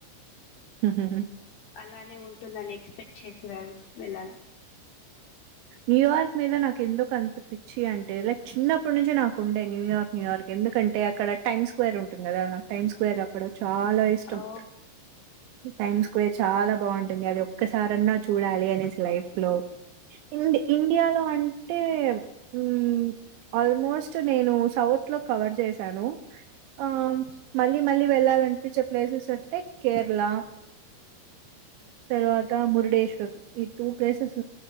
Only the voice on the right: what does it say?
<unintelligible>
న్యూయార్క్ మీద నాకు ఎందుకు అంత పిచ్చి అంటే లైక్ చిన్నప్పటి నుంచి నాకు ఉండే న్యూయార్క్ న్యూయార్క్ ఎందుక అంటే అక్కడ టైమ్ స్క్వేర్ ఉంటుంది కదా నాకు టైమ్ స్క్వేర్ అక్కడ చాలా ఇష్టం
టైమ్స్ ఎక్కువే చాలా బాగుంటుంది అది ఒక్కసారాన్న చూడాలి అనేసి లైఫ్ లో ఇంది ఇండియాలో అంటే ఉం ఆల్మోస్ట్ నేను సౌత్ లో కవర్ చేశాను ఆ మళ్ళీ మళ్ళీ వెళ్ళాలనిపించే ప్లేసెస్ అంటే కేరళ తర్వాత మురుడేశ్వర్ ఈ టూ ప్లేసెస్